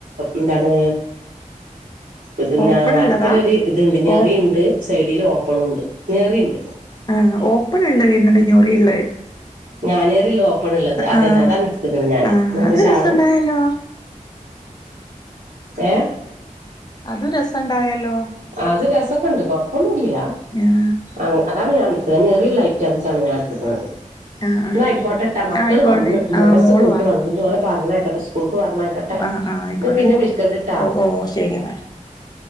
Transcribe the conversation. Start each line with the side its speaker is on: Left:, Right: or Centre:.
Right: എന്താണ് ഇതിന്
Left: ഓപ്പൺ
Right: നടുക്കലൊരു
Left: ഉള്ളതാ
Right: ഇത്ണ്ട് ഞെറിയുണ്ട്
Left: ഓ
Right: സൈഡിൽ ഓപ്പണു ഉണ്ട് ഞെറിയുണ്ട്
Left: ആ ഓപ്പൺ ഉള്ള വരുന്നുണ്ട് ഞൊറിള്ളേ.
Right: ഞാനേറിള്ളോപ്പൺ ഉള്ളത് അതന്നാതാ
Left: ആഹ്
Right: എടുത്തക്കണ ഞാന്,
Left: ആഹ്
Right: നല്ല
Left: അത്
Right: ഷാളും
Left: രസണ്ടായല്ലോ
Right: ഏ
Left: അതു രസം ഉണ്ടായല്ലോ.
Right: അത് രസക്കുണ്ട് കൊഴപ്പൊന്നില്ല്യ
Left: ആഹ്
Right: അ അതാണ് ഞാൻ എടുത്തത് ആ ഞെറിയുള്ള ഐറ്റംസണ് ഞാൻ എടുത്തുക്കണത്
Left: ആഹ്
Right: എന്ന
Left: ആഹ്
Right: ആയിക്കോട്ടെട്ടാ മക്കള്
Left: ആയിക്കോട്ടെ
Right: വന്നു മദ്രസ്
Left: ആഹ് മോള്
Right: ഒക്കെ വിട്ട് വന്നു ന്നി ഓലെ പറഞ്ഞയക്കട്ടെ സ്കൂള് ക്ക് പറഞ്ഞയക്കട്ടെ.
Left: ആ ആ ആയിക്കോട്ടെ,
Right: പിന്നെ വിളിക്കണ്ടിട്ടാ
Left: ഓ ഓ ശരി എന്നാ.